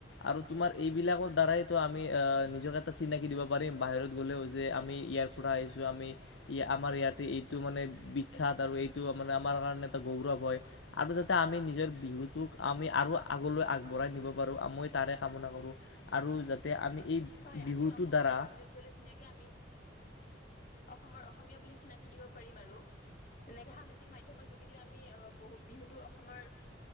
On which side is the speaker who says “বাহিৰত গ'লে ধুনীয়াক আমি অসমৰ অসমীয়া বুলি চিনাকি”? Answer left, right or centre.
Left